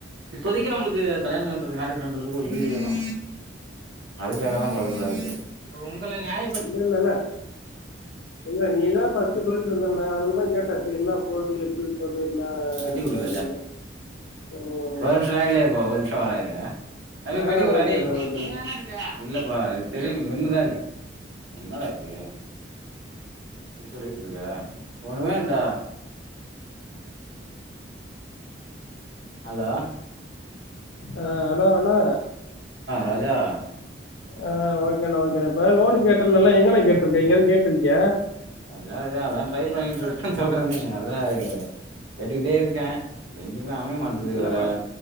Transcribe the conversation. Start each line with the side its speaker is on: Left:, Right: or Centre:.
Right: இப்போதைக்கு நம்மளுக்கு கல்யாணம் பண்றது மேரேஜ் பண்றதுக்கு ஒரு வீடு வேணு அதுக்காக தா பாக்குறதாருக்கு இப்ப ஒங்கள நியாய
Left: இல்ல இல்லல்ல இல்ல நீதா ப <unintelligible> சொல்லிட்ருந்தண்ண அந்த மாரி கேட்டே <inaudible> என்ன போது எப்டி போது என்ன
Right: ஒரு
Left: ஏதுன்னு ம்
Right: நிம்ஷோ லைன்லே இருப்பா ஒரு நிம்ஷோ வர இரு தம்பி
Left: ஆ
Right: பெட்டிக்குரா
Left: ஓகேண்ணா
Right: டே
Left: ஓகேண்ணா
Right: அங்கதான இருக்கு இல்லப்பா தெரியும் ஒன்னுதான் இருக்கு என்னடா இது இப்படி சொல்லிக்கிட்டு இருக்க ஒண்ணுமேடா அலோ
Left: அ அலோ அண்ணா
Right: ராஜா
Left: ஆ ஓகேண்ணா ஓகேண்ணா இப்ப லோனு கேட்ருந்தல்ல எங்கண்ணா கேட்ருக்கே எங்யாவ்து கேட்ருக்கியா
Right: இல்ல ராஜா அதா ட்ரை பண்ணிட்டு இருக்கேன்னு சொல்றேனே அதா கேட்டுக்கிட்டே இருக்கே எங் கயு அமைய மாட்டிக்து
Left: இதுல
Right: வேற
Left: ப-